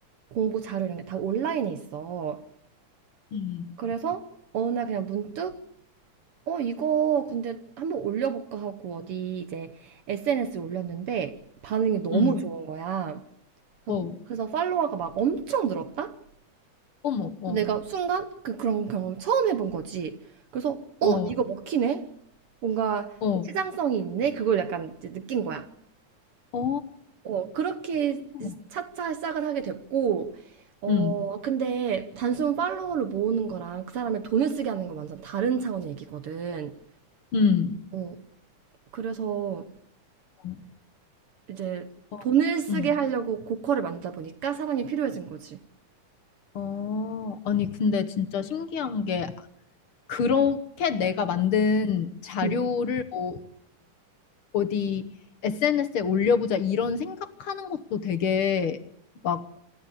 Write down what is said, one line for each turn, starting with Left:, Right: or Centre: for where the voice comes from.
Right: 공부 자료 이런 게 다 온라인에 있어.
Left: 음,
Right: 그래서 어느 날 그냥 문득 어 이거 근데 한번 올려볼까 하고 어디 이제 SNS에 올렸는데 반응이 너무
Left: 음.
Right: 좋은 거야. 그래서,
Left: 어,
Right: 그래서 팔로워가 막 엄청 늘었다?
Left: 어머, 어,
Right: 내가 순간 그 그런 경험을 처음 해본 거지. 그래서 '어
Left: 어,
Right: 이거 먹히네. 뭔가
Left: 어,
Right: 시장성이 있네.' 그걸 약간 이제 느낀 거야.
Left: 어,
Right: 어 그렇게
Left: 어,
Right: 차차 시작을 하게 됐고 어
Left: 음,
Right: 근데 단순 팔로워를 모으는 거랑 그 사람의 돈을 쓰게 하는 건 완전 다른 차원의 얘기거든.
Left: 음,
Right: 어 그래서
Left: 어,
Right: 이제
Left: 어,
Right: 돈을 쓰게
Left: 음,
Right: 하려고 고퀄을 만들다 보니까 사랑이 필요해진 거지.
Left: 어. 아니 근데 진짜 신기한 게 그렇게 내가 만든 자료를
Right: 음.
Left: 뭐 어디 SNS에 올려보자 이런 생각하는 것도 되게 막